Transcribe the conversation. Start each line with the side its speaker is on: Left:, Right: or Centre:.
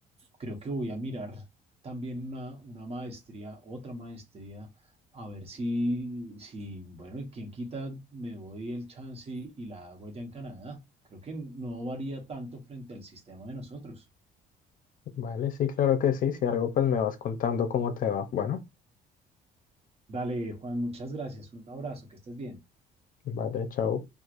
Right: Creo que voy a mirar también una, una maestría, otra maestría, a ver si, si, bueno, y quién quita, me doy el chance y, y la hago allá en Canadá. Creo que no varía tanto frente al sistema de nosotros.
Left: Vale, sí, claro que sí. Si algo, pues me vas contando cómo te va. Bueno,
Right: Dale, Juan, muchas gracias. Un abrazo, que estés bien.
Left: vale, chao.